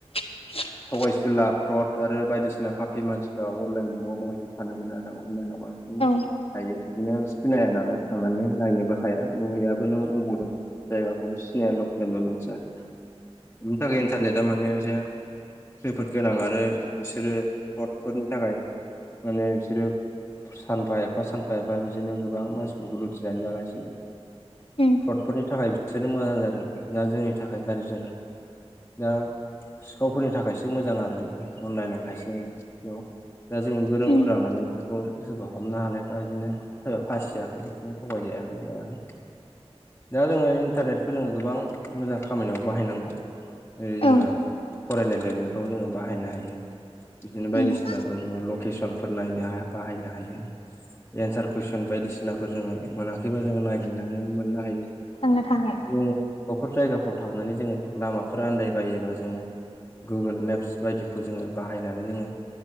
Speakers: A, on the left; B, on the left.
A: <inaudible>
B: थगायसुला फ्रद आरो बायदिसिना फापि मानसिफ्रा अनलाइन जुगाव माबायदि थानो मोनो आरो अनलाइनाव नो
A: औ
B: हायो बिदिनो सिनाया नालाय थांनानै नायनोबो हाया नुहैयाबो नों अबाव दं। जायगाखौबो सिनाया लकेलबो मोनथिया बेनि थाखाय इन्टारनेटआ माने एसे खैफोद गोनां आरो बिसोरो रडफोरनि थाखाय माने बिसोरो सानफा एफा सानफा एफा बिदिनो गोबां मानसिफोरखौ लुथिनानै जागासिनो।
A: उम
B: फ्रडफोरनि थाखाय बिसोरनो मोजां जादों दा जोंनि थाखाय गाज्रि जादों। दा गावफोरनि थाखायसो मोजां आरो अनलाइना खायसे बेयाव दा जों गोरोंफोरा
A: उम
B: माने बेफोर खौ सोरबा हमनो हानायफ्रा बिदिनो सोरबा फासियाखै बिदिनो थगाय जायाखै मायाखै। दा जोङो इन्टारनेटखौ जोङो गोबां मोजां खामानियाव बाहायनांगौ। जेरै जोङो
A: औ
B: फरायनाय लिरनायफ्राव जोङो बाहायनो हायो। बिदिनो
A: उम
B: बायदिसिनाफोर जोङो लकेसनफोर नायनो हा बाहायनो हायो। एन्सार कुइसन बायदिसिनाफोर जोङो मोनाखैबा जोङो नागिरनानै मोननो हायो।
A: थांनो हाबाय।
B: जों अबाफोर जायगाफ्राव थांनानै जोङो लामाफोर आन्दायबायोबा जोङो गुगोल मेप्स बायदिखौ जोङो बाहायनानै जोङो